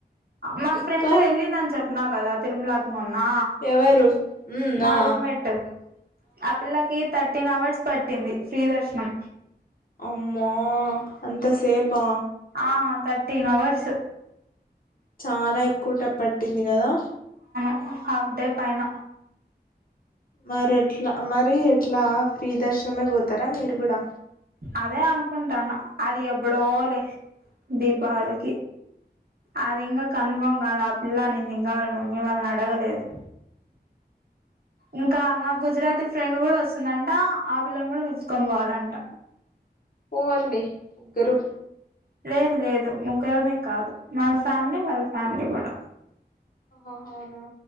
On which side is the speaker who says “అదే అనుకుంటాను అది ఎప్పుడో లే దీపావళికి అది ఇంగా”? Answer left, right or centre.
Right